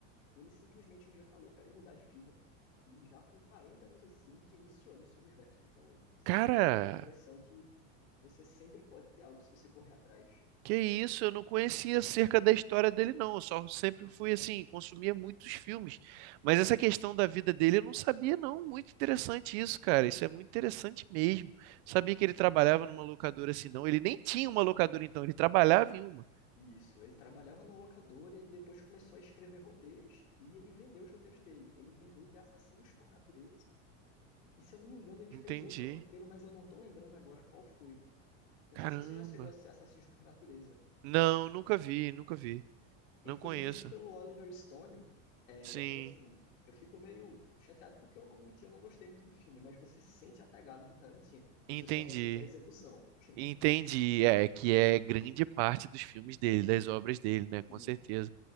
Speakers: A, on the left (about 80°); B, on the right (about 55°).
A: e ele simplesmente um dia falou: quero mudar de vida. E já com 40 anos assim, que iniciou nesse universo. Então, sempre
B: Cara,
A: dá aquela impressão que você sempre pode ter algo se você correr atrás.
B: Que isso, eu não conhecia acerca da história dele, não. Eu só sempre fui assim, consumia muitos filmes. Mas essa questão da vida dele eu não sabia, não. Muito interessante isso, cara. Isso é muito interessante mesmo. Sabia que ele trabalhava numa locadora assim, não. Ele nem tinha uma locadora, então, ele trabalhava em uma.
A: Isso, ele trabalhava numa locadora e depois começou a escrever roteiros e ele vendeu os roteiros dele. Ele vendeu de Assassinos por Natureza E se eu não me engano, ele fez
B: Entendi.
A: outro roteiro, mas eu não tô lembrando agora qual foi. Eu Não
B: Caramba.
A: sei se você já chegou a assistir Assassinos por Natureza.
B: Não, nunca vi, nunca vi.
A: Ele
B: Não
A: foi
B: conheço.
A: dirigido pelo Oliver Stone, é,
B: Sim,
A: e assim, eu fico meio chateado porque eu não menti, eu não gostei muito do filme, mas você sente a pegada do Tarantino. Você
B: entendi.
A: só não sente a execução. <laughs>
B: Entendi. É, que é grande parte dos filmes dele, das obras dele, né? Com
A: Sim.
B: certeza.